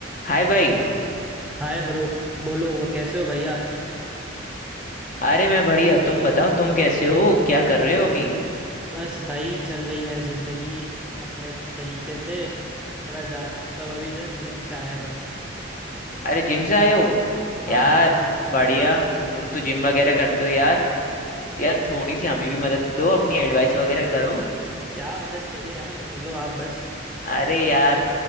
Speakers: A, on the left; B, in the centre.
A: हाय भाई
B: हाय bro बोलो वो कैसे हो भाई आप
A: अरे मैं बढ़िया तुम बताओ तुम कैसे हो क्या कर रहे हो अभी
B: बस भाई चल रही है जिंदगी अपने तरीके से थोड़ा जा मतलब अभी जस्ट जिम से आया मैं
A: अरे जिम से आए हो
B: हाँ
A: यार
B: हाँ अभी
A: बढ़िया तुम तो जिम वगैरह करते हो यार यार थोड़ी सी हमें भी मदद दो अपनी एडवाइस वगैरह करो
B: क्या मदद चाहिए यार बोलो आप बस
A: अरे यार